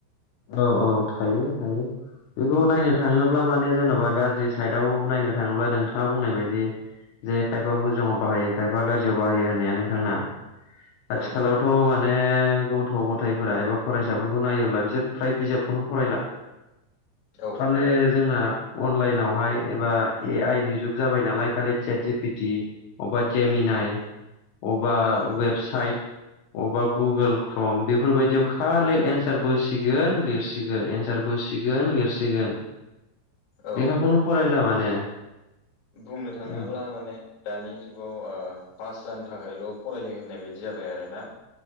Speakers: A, on the left; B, on the left.
A: औ औ थायो थायो बेखौ नायनो थाङोब्ला माने जेन'बा गाज्रि साइडआव नायनो थाङोब्ला नोंथाङा बुंनाय बायदि जे खायफा मोजाङाव बाहायो खायफा गाज्रियाव बाहायो होननाया नोंथांना आथिखालावथ'
B: ओं
A: माने गथ' गथायाइफोरा एबा फरायसाफोरखौ नायोब्ला बिसोर फ्राय बिजाबखौनो फरायला
B: ओं
A: खालि जोंना अनलाइनावहाय एबा ए आइ नि जुग जाबाय नालाय खालि चाट जिपिटि एबा गेम मिनाय
B: <inaudible>
A: अबबा
B: औ
A: वेबसाइट अबेबा गुगोल क्रम बेफोरबायदियाव खालि एन्सारबो गोन लिरसिगोन एन्सारबोसिगोन लिरसिगोन
B: औ
A: लेखा खौनो फरायला माने
B: बुंनो थाङोब्ला
A: उम
B: माने दानि जुगाव पास जानो थाखायल' फरायो होननाय बायदि जाबाय आरोना